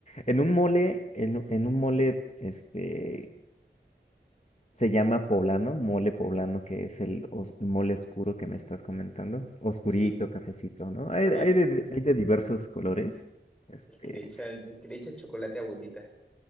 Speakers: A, on the left; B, in the centre.
A: en un mole, en, u- en un mole, este, se llama poblano, mole poblano, que es el, os- el mole oscuro que me estás comentando, oscurito,
B: Sí,
A: cafecito, ¿no? Hay,
B: sí.
A: hay de, hay de diversos colores. Este,
B: El que le echan, el que le echa el chocolate a abuelita.